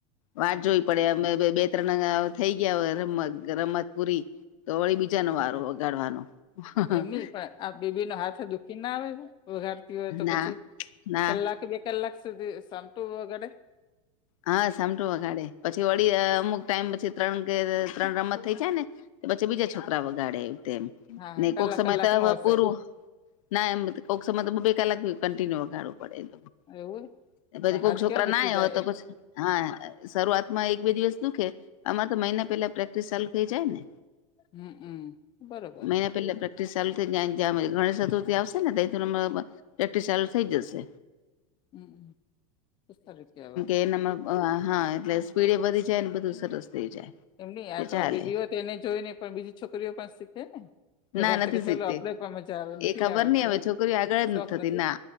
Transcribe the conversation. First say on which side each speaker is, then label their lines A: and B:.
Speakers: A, on the left (about 70°); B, on the left (about 25°).
A: વાર
B: હા,
A: જોવી પડે અમે બે બે ઉત્તર નગાવ થઈ ગયા વરમત ગરમ મત પૂરી તો વળી બી બીજા નો
B: હમ.
A: વાળો વગાડવાનો હ
B: એમ પણ આ બેબી નો હાથ દુખી ના આવે વગાડતી હોય તો
A: ના
B: પછી
A: ના
B: કલાક કલાકસધી સામતુ વગાડે.
A: હા સાટું વગાડે પછી વળી અમુક ટાઈમ પછી ત્રણ કે ત્રણ રમત થઈ જાય ને પછી બીજા છોકરા વગાડે તેમ
B: હા
A: ને
B: હા કલાક
A: કોક સમય
B: કલાક
A: તો હવે
B: નું હશે
A: પૂરું ના એમ કોક સમય બે કલાક કન્ટિન્યુ વગાડવું પડે એ લોકો
B: એવું
A: એ પછી
B: પણ
A: કોક
B: હાથ
A: છોકરા
B: કેવા દુખી
A: ના હોય
B: જાય
A: તો પછી હા શરૂઆતમાં એક બે દિવસ દુખે આમાં તો મહિના પેલા પ્રેક્ટિસ ચાલુ થઇ જાય ને
B: હમ હમ બરોબર
A: મહિના પેલા પ્રેક્ટિસ ચાલુ થઈને જ ગણ ચતુર્થી આવશે ને તેથી અમારા પર પ્રેક્ટિસ ચાલુ થઇ જશે.
B: હમ બો સારું કેવાય!
A: એનામા હા એટલે સ્પીડ એ વધી જાય ને બધું સરસ થઈ જાય.
B: એમ ની
A: તે
B: તમારી
A: ચાલે
B: બેબીઓ તેને જોઈને પણ બીજી છોકરીઓ પાસે શીખે ને
A: ના
B: વગાર
A: નથી
B: તો કે ચાલ
A: શીખતી
B: આપડે પણ મજા આવે નથી
A: એ ખબર
B: આવડતો
A: નઈ હવે
B: એ
A: છોકરીઓ આગળ જ
B: શોખ
A: થતી
B: નથી.
A: ના